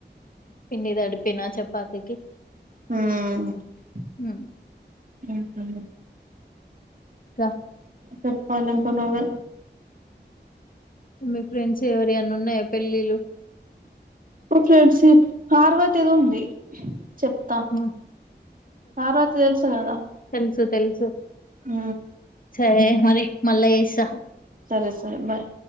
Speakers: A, on the left; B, on the right.
A: పిండి తడిపిన చపాాతిీకి
B: హ
A: ఉమ్,
B: ఉ
A: ఇంకా
B: చెప్పాలి ఇంకా నువ్వే
A: మీ ఫ్రెండ్స్ ఎవరి అన్న ఉన్నాయా పెళ్ళిలు
B: ఫ్రెండ్స్ప్ పార్వతీ ది ఉంది చెప్తా
A: ఉమ్,
B: పార్వతీ తెలుసు కదా
A: తెల్సు
B: ఆ
A: సరే మరి మల్ల చేస్తా
B: సరే సరే బాయ్